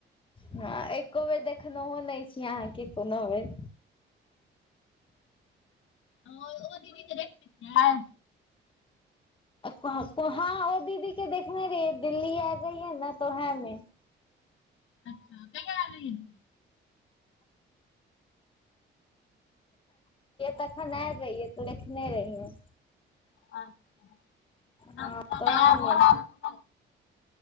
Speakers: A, on the left (about 25°); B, on the left (about 75°).
A: हँ एको बेर देखनहो नय छी अहाँके कोनो बेर
B: ओ ओ दीदी के देखने छिये
A: क ओ दीदी के देखने रहि दिल्ली आल रही है न तो ओहेमें।
B: अच्छा कहिया आल रहिये हा?
A: तखन आयल रहियै त देखने रहियै।
B: <unintelligible>
A: हँ तऽ ओएह मे